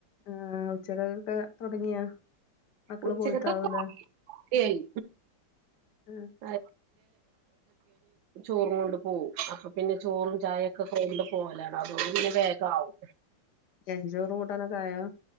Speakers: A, on the left; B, on the right.
A: ആഹ് ഉച്ചകൊക്കെ തൊട്ങ്ങിയോ? മക്കള്
B: ഉച്ചക്കത്തൊക്കെ
A: പോയിട്ടാവൂലെ
B: ഓക്കെ ആയി
A: ഏ
B: <unintelligible> ചോറും കൊണ്ട് പോകും. അപ്പൊ പിന്നെ ചോറും ചായൊക്കെ കൊണ്ട് പോകലാണ് അതുകൊണ്ട് പിന്നെ വേഗാവും.
A: എഞ്ചോറു കൂട്ടാനൊക്കെയായോ?